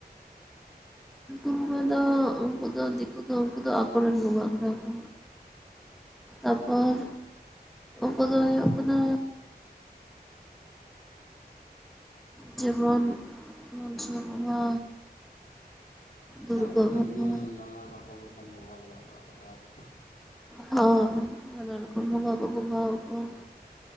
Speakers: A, in the centre; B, on the left (about 55°).
A: <unintelligible> ᱫᱚ ᱩᱱᱠᱩ ᱫᱚ ᱫᱤᱠᱩ ᱫᱚ ᱩᱱᱠᱩ ᱫᱚ ᱟᱠᱚᱨᱮᱱ ᱵᱚᱸᱜᱟ ᱠᱟᱱᱟ ᱠᱚ᱾ ᱛᱟ ᱯᱚᱨᱼᱼ ᱠᱚᱫᱚ ᱦᱩᱭᱩᱜ ᱠᱟᱱᱟᱼᱼ ᱡᱮᱢᱚᱱ, ᱢᱚᱱᱥᱟ ᱵᱚᱸᱜᱟ᱾
B: ᱪᱮᱫᱟᱜ
A: ᱫᱩᱨᱜᱟᱹ
B: ᱚᱱᱠᱟ ᱱᱟᱜ
A: ᱵᱚᱸᱜᱟ
B: ᱱᱟᱱ ᱱᱟᱱᱟᱱ ᱨᱚᱠᱚᱢ ᱞᱮᱠᱟᱱ ᱵᱚᱸᱜᱟ ᱢᱮᱱᱟᱜ ᱠᱚᱣᱟᱜ ᱛᱟᱠᱚᱣᱟ ᱛᱚ?
A: ᱦᱚᱭ ᱱᱟᱱᱟ ᱨᱚᱠᱚᱢ ᱵᱚᱸᱜᱟ ᱠᱚ ᱵᱚᱸᱜᱟᱣ ᱣᱟᱠᱚᱣᱟ